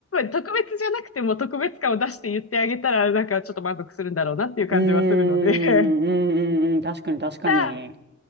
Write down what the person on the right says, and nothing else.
うーん、うんうんうん。確かに確かに。